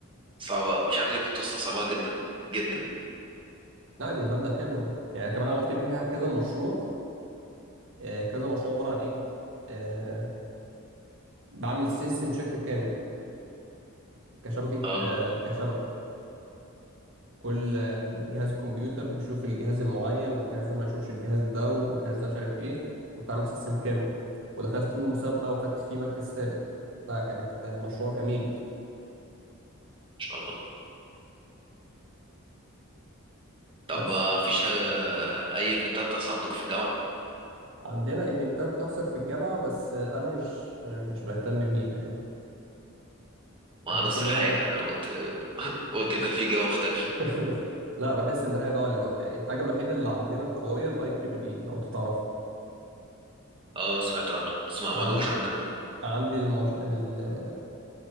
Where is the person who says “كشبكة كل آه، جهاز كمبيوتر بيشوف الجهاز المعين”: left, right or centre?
Right